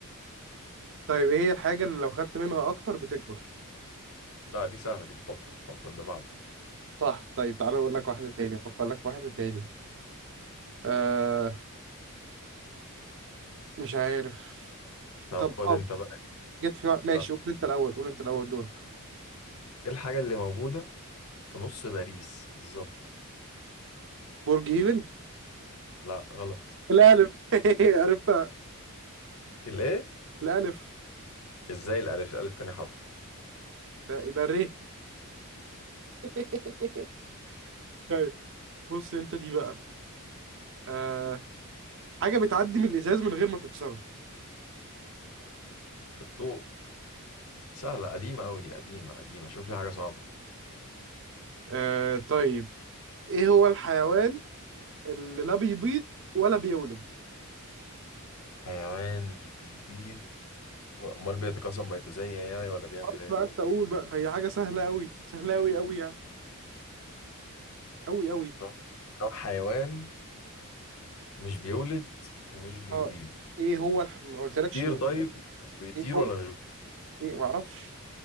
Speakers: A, on the right; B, on the left.
A: طيب ايه هي الحاجه اللي لو خدت منها اكتر بتكبر
B: لا دي سهلة دي الحفرة الحفرة اللي بعده
A: صح طيب تعالى اقول لك واحده تاني افكر لك في واحده تاني آه مش عارف
B: طب
A: طب
B: خد
A: اه
B: أنت بقى
A: جت في وقت- ماشي
B: طب،
A: قول انت الاول قول انت الاول دورك
B: إيه الحاجة اللي موجودة في نص باريس بالظبط
A: برج ايفل
B: لا غلط
A: الالف <laughs> عرفتها
B: الإيه
A: الالف
B: إزاي الألف الألف تاني حرف
A: بقى- يبقى الري <laughs> طيب بص انت دي بقى آه حاجه بتعدي من الازاز من غير ما تكسره
B: الضوء سهلة قديمة أوي دي قديمة قديمة شوف لي حاجة صعبة
A: آه طيب ايه هو الحيوان اللي لا بيبيض ولا بيولد
B: حيوان مش بيبيض أمال بيتكاثر ما يتزين يعني ولا بيعمل
A: خلاص
B: إيه
A: بقى انت قول بقى هي حاجه سهله قوي سهله قوي قوي يعني قوي قوي
B: نوع نوع حيوان مش بيولد ومش بيبيض
A: اه ايه هو الح... ما قلتلكش
B: طير
A: نو
B: طيب بيطير
A: ايه هو
B: ولا مش
A: ايه ما اعرفش